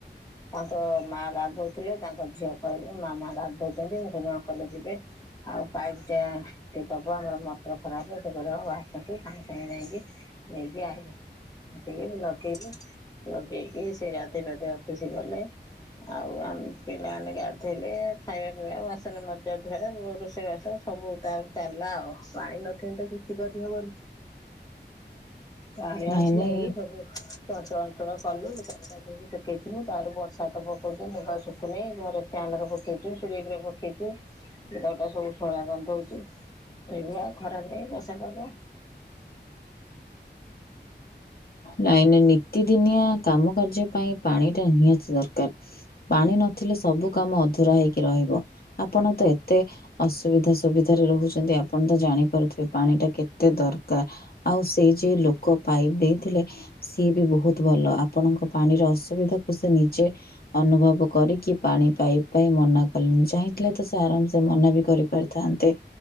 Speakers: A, on the left (about 20°); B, on the left (about 55°).
A: ତାଙ୍କ ମା ଗାଧଉଥିଲେ ତାଙ୍କ ଝିଅ କହିଲେ ମାମା ଗାଧଉଛନ୍ତି ମୁକଇନି ଅ କଲେ ଯିବେ ଆଉ ପାଇପିଟା କିଏ ଦବ ଆମର ମଟର ଖରାପ୍ ସେକଇଲେ ହଉଆସ ହେଠୁ ସାଙ୍ଗେ ସାଙ୍ଗେ ଯାଇକି ନେଇକି ଆଇଲା ଆସିକି ମୁ ଲଗେଇଲି ଲଗେଇକି ସେଗାଧେଇ ପାଧେଇ ଅଫିସ୍ ଗଲେ। ଆଉ ଆମେ ପିଲାମାନେ ଗାଧୋଇଲେ ଖାଇବା ପିଇବା ବାସନ ମଜା ଧୁଆ ରୋଷେଇବାସ ସବୁତାର ଚାଲିଲା ଆଉ ପାଣି ନଥିଲେତ କିଛି କରି ହବନି। ପାଣି
B: ନାଇଁ
A: ଆସିଲା
B: ନାଇଁ
A: ବୋଲି ସବୁ ଚଞ୍ଚ ଞ୍ଚଳ କଲୁ ଲୁଗାପଟା ଶୁଖେଇଥିଲୁ ତାର ବର୍ଷାତ ପକଉଛି ଲୁଗା ଶୁଖୁନି ଘରେ ଫ୍ୟାନରେ ପକେଇଛୁ ଶେଡ଼ି ଘରେ ପକେଇଛୁ ଲୁଗାପଟା ସବୁ ଉସୁମୁଳିଆ କନ୍ଧଉଚି। ଏଇ ଭଳିଆ ଖରା ନାହିଁ ବର୍ଷା ପାଗ।
B: ନାଇଁ ନାଇଁ ନିତିଦିନିଆ କାମ କାର୍ଯ୍ୟ ପାଇଁ ପାଣିଟା ନିହାତି ଦରକାର। ପାଣି ନଥିଲେ ସବୁ କାମ ଅଧୁରା ହେଇକି ରହିବ ଆପଣତ ଏତେ ଅସୁବିଧା ସୁବିଧାରେ ରହୁଛନ୍ତି ଆପଣତ ଜାଣିପାରୁଥିବେ ପାଣିଟା କେତେ ଦରକାର। ଆଉ ସେଇ ଯଉଲୋକ ପାଇପ୍ ଦେଇଥିଲେ ସିଏବି ବହୁତ୍ ଭଲ ଆପଣଙ୍କ ପାଣିର ଅସୁବିଧାକୁ ସେନିଜେ ଅନୁଭବ କରିକି ପାଣି ପାଇପ୍ ପାଇଁ ମନା କଲେଣିି ଚାହିଁଥିଲେତ ସେ ଆରାମସ ମନାବି କରି କରିଥାନ୍ତେ